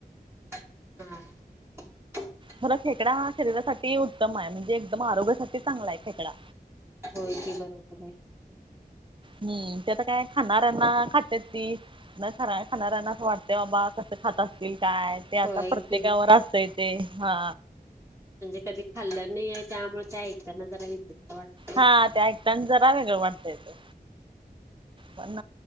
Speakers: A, on the right (about 15°); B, on the right (about 30°).
A: हम
B: खर खेकडा हा शरीरासाठी उत्तमाय म्हणजे एकदम आरोग्यासाठी चांगलाय खेकडा
A: होय की बरोबराय
B: हम्म ते आता काय खाणाऱ्यांना खात्यात ती न खाना खाणाऱ्यांना असं वाटतय बाबा कस खात अस तील काय ते आता
A: होय
B: प्रत्येकावर
A: की
B: असतय ते हा
A: म्हणजे कधी खाल्लं नाईये त्यामुळे ते ऐकताना जरा विचित्र वाट
B: हा ते ऐकताना जरा वेगळ वागतय ते पण